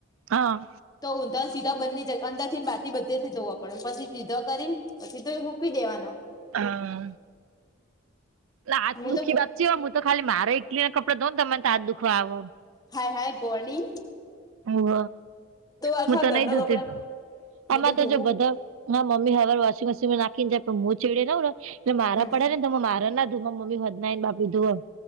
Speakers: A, on the right; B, on the left.
A: હા.
B: તો ઊંધાન સીધા બને જ અંદરથી ન બહારથી બધે થી જ ધોવા પડે પછી સીધા કરીન પછી તો એ હૂકીવી દેવાનો.
A: હા. લે હાથ
B: હું
A: દુઃખીતી
B: તો
A: હું તો ખાલી મારે ઇલી ના કપડે ધઉ ને તને આ દુખવા આવ
B: હાય હાય ગોડી
A: હોવ
B: આખા
A: હું તો
B: ઘરના
A: નહી જતી
B: કપડા
A: આમાં
B: હું
A: તો
B: ધોવું
A: જો બધા હા મમ્મી હર વોશિંગ મશીનમાં નાખી ને જાય હું ચડે નવ એટલે મારા
B: હમ
A: પડે ને મારે ના ધોવા માંરી મમ્મી હોજના આઈ બાપડી ધોવ